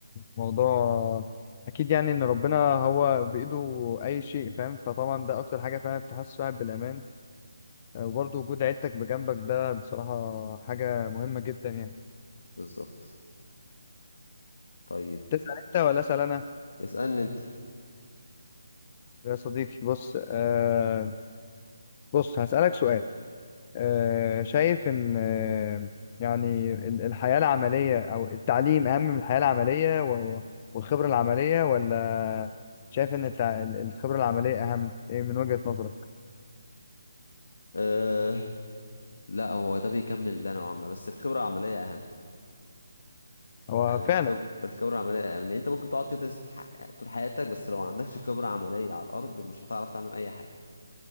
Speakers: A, on the left; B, on the left.
A: موضوع اكيد يعني ان ربنا هو بايده اي شيء فاهم فطبعا ده اكتر حاجه فعلا بتحسس واحد بالامان آه، وبرضو وجود عيلتك بجنبك ده بصراحه حاجه مهمه جدا يعني
B: بالظبط طيب
A: تسال انت ولا اسال انا
B: اسالني انت
A: يا صديقي بص آه بص هسالك سؤال آه، شايف إن آه، يعني ال- الحياة العملية أو التعليم أهم من الحياة العملية و- والخبرة العملية ولا شايف إن التع- ال- الخبرة العملية أهم إيه من وجهة نظرك؟
B: آه لا هو ده بيكمل ده نوعا ما بس الخبره العمليه اهم
A: هو
B: يعني الخب-
A: فعلا
B: الخبره العمليه اهم لان انت ممكن تقعد تدرس ح- طول حياتك بس لو ما عندكش خبره عمليه على الارض مش هتعرف تعمل اي حاجه